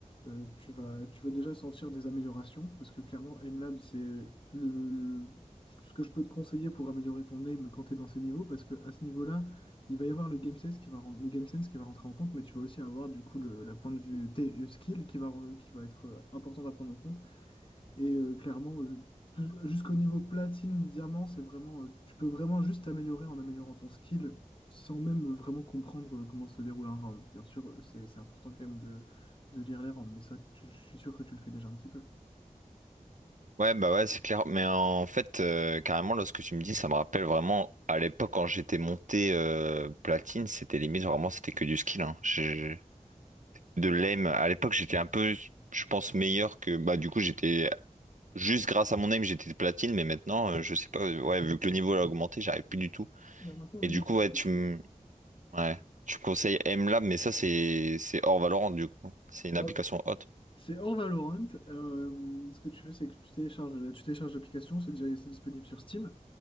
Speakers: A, on the left (about 40°); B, on the right (about 70°).
A: euh, tu vas, tu vas déjà sentir des améliorations. Parce que clairement, aim lab, c'est euh, le, le- ce que je peux te conseiller pour améliorer ton aim quand tu es dans ces niveaux. Parce que à ce niveau-là, il va y avoir le game sense qui va, ren- le game sense qui va rentrer en compte, mais tu vas aussi avoir du coup le, la point de vue T- euh, skill qui va, ren- qui va être euh, important à prendre en compte. Et euh, clairement, euh, tout- jusqu'au niveau platine, diamant, c'est vraiment, euh, tu peux vraiment juste t'améliorer en améliorant ton skill sans même vraiment comprendre euh, comment se déroule un round. Bien sûr, euh, c'est, c'est important quand même de, de lire les rounds, mais ça, tu- je suis sûr que tu le fais déjà un petit peu.
B: Ouais, bah ouais, c'est clair. Mais en fait, euh, carrément, lorsque tu me dis, ça me rappelle vraiment à l'époque quand j'étais monté euh, platine, c'était limite vraiment, c'était que du skill. hein. J'ai- De l'aim. À l'époque, j'étais un peu, je pense, meilleur que. Bah, du coup, j'étais juste grâce à mon aim, j'étais platine, mais maintenant, euh, je sais pas. Ouais, vu que le niveau a augmenté, j'arrive plus du tout.
A: Bah, maintenant,
B: Et
A: là,
B: du
A: il me
B: coup,
A: suffit
B: ouais, tu
A: plus.
B: me
A: ouais.
B: Ouais. Tu conseilles MLab, mais ça, c'est c'est hors Valorant, du coup. C'est une
A: Alors,
B: application haute.
A: c'est hors Valorant. euh, ce que tu fais, c'est que tu télécharges, la- tu télécharges l'application, c'est déjà, c'est disponible sur Steam.